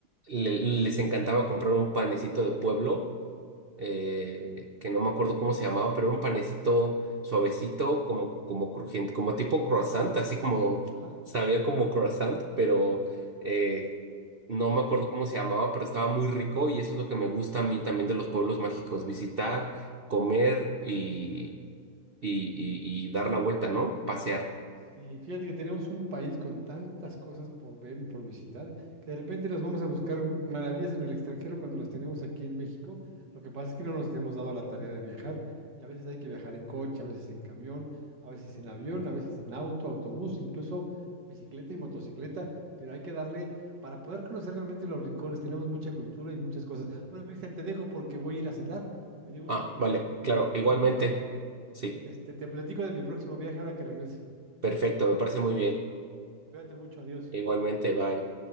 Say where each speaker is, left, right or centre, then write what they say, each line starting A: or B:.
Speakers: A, on the right; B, on the right.
A: le- les encantaba comprar un panecito de pueblo eh, que no me acuerdo cómo se llamaba, pero era un panecito suavecito, como, como crujiente, como tipo croissant, así como
B: ajá.
A: sabía como croissant, pero eh, no me acuerdo cómo se llamaba, pero estaba muy rico y eso es lo que me gusta a mí también de los pueblos mágicos, visitar, comer y, y, y, y dar la vuelta, ¿no? Pasear.
B: Sí, fíjate que tenemos un país con tantas cosas por ver y por visitar, que de repente nos vamos a buscar maravillas en el extranjero cuando las tenemos aquí en México. Lo que pasa es que no nos hemos dado a la tarea de viajar y a veces hay que viajar en coche, a veces en camión, a veces en avión, a veces en auto, autobús, incluso bicicleta y motocicleta, pero hay que darle para poder conocer realmente los rincones. Tenemos mucha cultura y muchas cosas. Bueno, Cristian, te dejo porque voy a ir a cenar. Me dio gusto
A: Ah,
B: platicar
A: vale,
B: contigo
A: claro,
B: de estos
A: igualmente.
B: viajes
A: Sí,
B: y este, te platico de mi próximo viaje ahora que regrese.
A: perfecto, me parece muy bien.
B: Cuídate mucho, adiós.
A: Igualmente, bye.